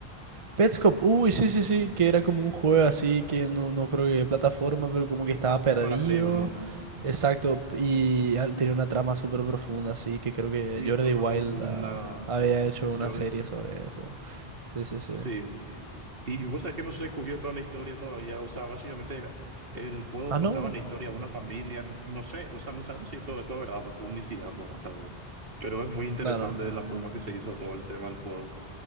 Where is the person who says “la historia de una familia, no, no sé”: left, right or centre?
Right